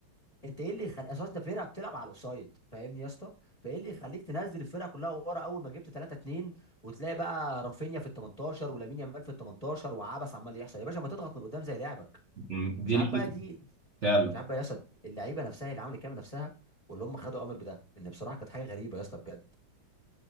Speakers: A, on the left (about 20°); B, on the right (about 35°).
A: انت ايه اللي يخلي اساس ده فرقه بتلعب على الاوفسايد فاهمني يا اسطى فايه اللي يخليك تنزل الفرقه كلها ورا اول ما جبت 3 2 وتلاقي بقى رافينيا في ال 18 ولامين يامال في ال 18 وعبس عمال يحصل يا باشا ما تضغط من قدام زي لعبك
B: م-
A: مش
B: دي
A: عارف
B: الفكره
A: بقى دي
B: فعلا
A: مش عارف بقى يا اسطى اللعيبه نفسها هي اللي عملت كده نفسها واللي هم خدوا امر بده ان بصراحه كانت حاجه غريبه يا اسطى بجد